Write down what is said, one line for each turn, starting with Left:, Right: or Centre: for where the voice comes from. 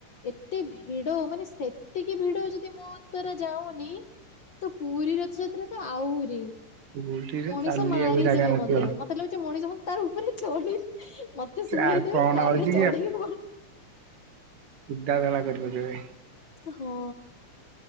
Left: ଏତେ ଭିଡ ମାନେ ସେତିକି ଭିଡ ଯଦି ମୋ ଦ୍ଵାରା ଯାଉନି। ତ ପୁରୀ ରଥଯାତ୍ରା ତ ଆହୁରି,
Right: ପୁରୀରେ
Left: ମଣିଷ
Right: ଚାଲିବାକୁ
Left: ମାରିଦେବେ
Right: ଜାଗା ନଥିବ।
Left: ମୋତେ। ମୋତ ତେ ଲାଗୁଚି ମଣିଷ ମ- ତାର ଉପରେ ଚଢି ମୋତେ ଶୁଏଇଦେବେ
Right: ଆଉ କଣ
Left: ତାପରେ
Right: ହଉଛି
Left: ଚଢିକି ପଳ
Right: ଉଦାବେଳା କରି ପକେଇବେ।
Left: ଏ ହଁ।